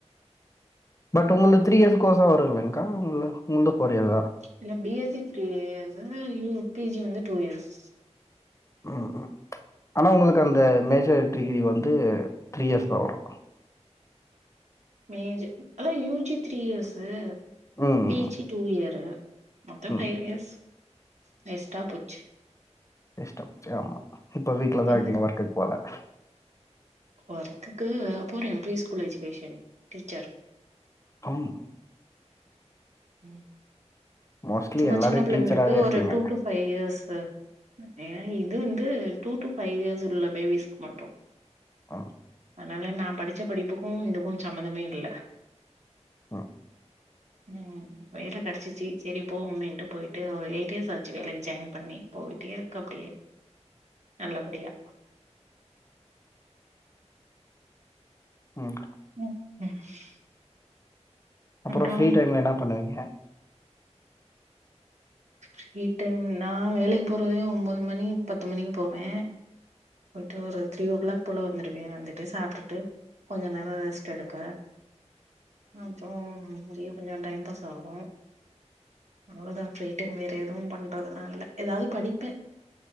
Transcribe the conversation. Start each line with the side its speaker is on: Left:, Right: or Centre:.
Left: பட் உங்களுக்கு த்ரீ இயர்ஸ் கோசா வரு இலல் கா உங்க உங்களுக்கு <unintelligible>
Right: இல்ல B S C three years PG வந்து டூ இயர்ஸ்
Left: ஆஹ் ஆஹ் ஆனா உங்களுக்கு
Right: ம்
Left: அந்த மேஜர் டிகிரி வந்து த்ரீ இயர்ஸ் தா வரு
Right: மேஜர் ஆதாஹ் யூஜி த்ரீ இயர்ஸு
Left: ம்
Right: பி ஜி டூ இயர் மொத்த ஃபைவ்
Left: ம்
Right: இயர்ஸ் வேஸ்டா போச்சு
Left: வேஷ்டா போச்சு ஆமா இப்ப வீட்ல தா
Right: ம்
Left: இருக்கீங்க ஒர்க்குக்கு போல
Right: ஒர்க்குக்கு போற ப்ரீ ஸ்கூல் எஜுகேஷன் டீச்சர்
Left: ஆஹ்
Right: உம்
Left: மோஸ்ட்லி
Right: சும்மா
Left: எல்லாரும்
Right: சின்ன பிள்ளைங்களுக்கு
Left: டீச்சராகவே இருக்கீங்க
Right: ஒரு டூ டூ ஃபைவ் இயர்ஸ் ஏ இது வந்து டூ டு ஃபைவ் இயர்ஸ் உள்ள பேபிஸ்க்கு மட்டும்
Left: ஆஹ்
Right: அதனால நா படிச்ச படிப்புக்கோ இதுக்கும் சம்மந்தமே இல்ல
Left: ம்
Right: உம் வேல கெடச்சிச்சி செரி போமே இன்ட்டு போயிட்டு ஒரு எயிட் இயர்ஸ் ஆச்சு வேலைக்கு ஜாயின் பண்ணி போயிட்டே இருக்கு அப்டியே நல்லபடியா
Left: உம்
Right: <inaudible>
Left: அப்புறோ
Right: அப்றோ
Left: ஃப்ரீ டைம்ல என்ன பண்ணுவீங்க
Right: ஃப்ரீ டைம் நா வேலைக்கு போறதே ஒன்பது மணி பத்து மணிக்கு போவே போயிட்டு ஒரு த்ரீ ஓ கிளாக் போல வந்துடுவே வந்துட்டு சாப்புட்டுட்டு கொஞ்சோ நேரோ ரெஸ்ட் எடுக்க அப்புறோ அப்டியே கொஞ்சோ டைம் பாஸ் ஆகோ அவ்ளோதா ஃப்ரீ டைம் வேற எதுவு பண்றதுலாம் இல்ல ஏதாவது படிப்பே